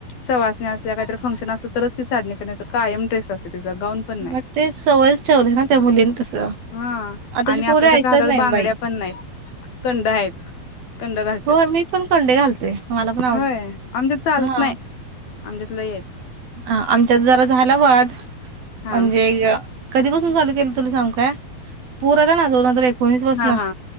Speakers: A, on the left; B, on the right.
A: सवासनी असल्या काहीतरी फंक्शन असलं तरच ती साडी नेसते नाहीतर कायम ड्रेस असतो तिचा गाऊन पण नाही.
B: मग ते सवयच ठेवले ना त्या मुलीने तस आताची
A: हा आणि आपल्यासारख्या
B: पोर ऐकत
A: हातात
B: नाहीत
A: बांगड्या
B: बाई.
A: पण नाहीत <unintelligible> आहेत. कंड घालत्यात
B: हो मी पण कंडे घालते मला पण आवडते
A: होय आमच्यात चालत
B: हा.
A: नाही <unintelligible>
B: ह आमच्यात जरा झाला वाद
A: हा
B: म्हणजे कधीपसून चालू केलं तुला सांगू काय पुर आला ना दोन हजार एक <unintelligible> त्या
A: हा हा